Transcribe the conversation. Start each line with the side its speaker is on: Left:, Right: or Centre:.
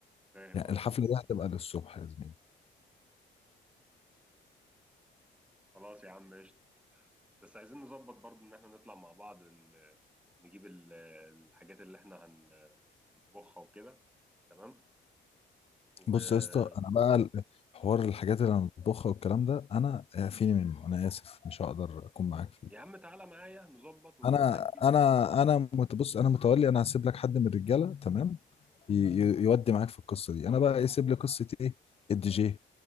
Centre: فاهم
Left: يعني
Centre: قصدي
Left: الحفله دي هتبقى للصبح يا زميلي
Centre: خلاص يا عم قشطة بس عايزين نظبط برضه ان احنا نطلع مع بعض ن- نجيب ال- الحاجات اللي احنا هن- هنطبخها وكده تمام و
Left: بص يا اسطى انا بقى ال- حوار الحاجات اللي انا بطبخها والكلام ده انا فيني منه انا اسف مش هقدر اكون معاك فيه
Centre: يا عم تعالى معايا نظبط ونشوف
Left: انا
Centre: هنجيب
Left: انا انا مت- بص انا متولي انا هسيب لك حد من الرجاله تمام ي... ي- يودي معاك في القصه دي انا بقى يسيب لي قصه ايه الدي جي